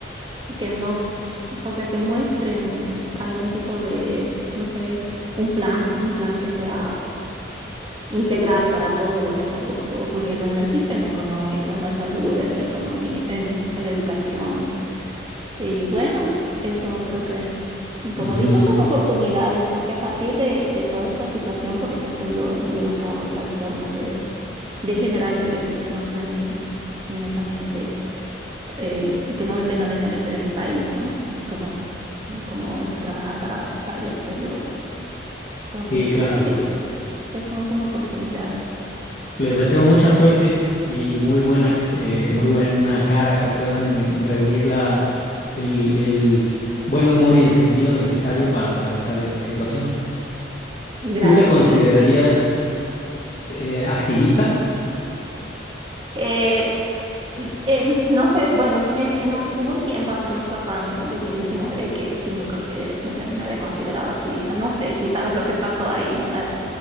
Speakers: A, on the right (about 30°); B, on the left (about 40°).
A: que nos, o sea, que muestren algún tipo de, no sé, un plan, un plan que sea integral para todo lo que está oc- ocurriendo en el sistema económico, en la salud, en la economía, en, en la educación. Y bueno, eso creo que, como
B: Ujú,
A: dices, son oportunidades, porque a partir de, de toda esta situación, por ejemplo, yo, yo he buscado otras formas de, de generar ingresos que no estén netamente eh, que no dependa netamente de mi país, ¿no? Como, como el trabajar para, para el exterior. Entonces,
B: Sí, claro.
A: creo que sí, que son como oportunidades.
B: Les deseo mucha suerte y muy buena, eh, muy buena cara, que puedan en- en reunir la, el, el buen humor y el sentido necesario para atravesar esta situación.
A: Gracias.
B: ¿Tú te considerarías eh, activista
A: Eh, y, en- no sé, bueno, s- en, en un- hubo un tiempo, hace unos cuatro años, el 2019, que sí me, consider- me, me había considerado activista. No sé si sabes lo que pasó ahí, eh,